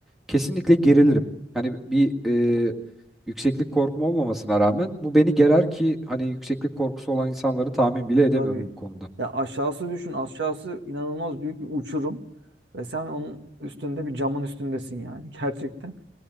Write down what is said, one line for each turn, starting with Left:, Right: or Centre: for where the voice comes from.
Centre: kesinlikle gerilirim. Hani bir e, yükseklik korkum olmamasına rağmen bu beni gerer ki hani yükseklik korkusu olan insanları tahmin bile edemiyorum
Right: tabii
Centre: bu konuda.
Right: ya aşağısı düşün aşağısı inanılmaz büyük bir uçurum ve sen onun üstünde bir camın üstündesin yani <laughs> gerçekten